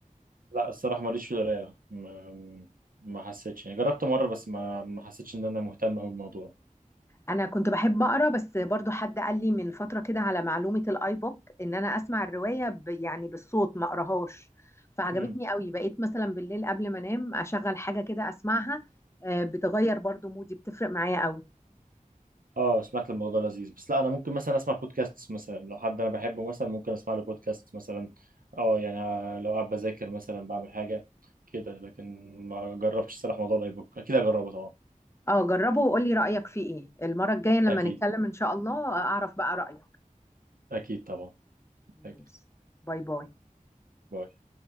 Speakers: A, on the right; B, on the left.
A: لا الصراحه ماليش في القرايه ما ما حسيتش يعني جربت مره بس ما ما حسيتش ان انا مهتم أوي بالموضوع
B: انا كنت بحب اقرا بس برضو حد قال لي من فتره كده على معلومه الاي بوك ان انا اسمع الروايه ب يعني بالصوت ما اقراهاش فعجبتني
A: مم.
B: قوي بقيت مثلا بالليل قبل ما انام اشغل حاجه كده اسمعها آه، بتغير برضو مودي بتفرق معايا قوي
A: اه سمعت الموضوع ده لذيذ بس لا انا ممكن مثلا اسمع بودكاست مثلا لو حد انا بحبه مثلا ممكن اسمع له بودكاست مثلا اه يعني ه- لو قاعد بذاكر مثلا بعمل حاجه كده لكن ما جربتش الصراحه موضوع الاي بوك اكيد هجربه طبعا
B: اه جربه وقولي رايك فيه ايه المره الجايه لما
A: اكيد
B: نتكلم ان شاء الله آه، اعرف بقى رايك
A: اكيد طبعا اكيد
B: ماشي باي باي
A: باي